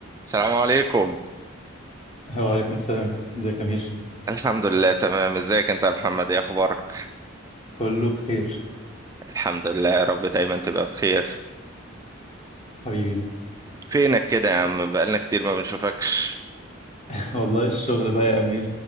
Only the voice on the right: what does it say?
السلام عليكم
الحمد لله تمام ازيك انت يا محمد ايه اخبارك
الحمد لله يا رب دايما تبقى بخير
فينك كده يا عم بقالنا كتير ما بنشوفكش